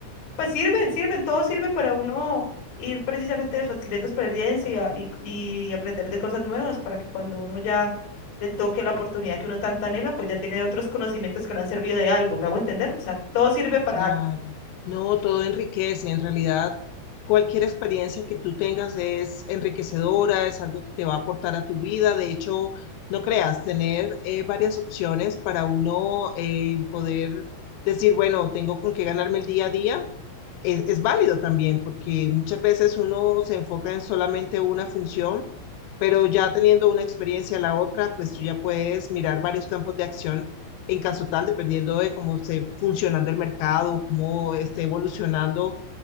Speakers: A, on the left; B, on the left.
A: pues sirve, sirven, todo sirve para uno ir precisamente eso, adquiriendo experiencia y, y- y aprender de cosas nuevas para que cuando uno ya le toque la oportunidad que uno tanto anhela, pues ya tiene otros conocimientos que le han servido de algo, ¿me hago entender? O sea, todo sirve para
B: Claro,
A: algo.
B: no, todo enriquece. En realidad, cualquier experiencia que tú tengas es enriquecedora, es algo que te va a aportar a tu vida. De hecho, no creas, tener eh, varias opciones para uno eh, poder decir, bueno, tengo con qué ganarme el día a día es, es válido también, porque muchas veces uno se enfoca en solamente una función, pero ya teniendo una experiencia la otra, pues tú ya puedes mirar varios campos de acción en caso tal, dependiendo de cómo esté funcionando el mercado, cómo esté evolucionando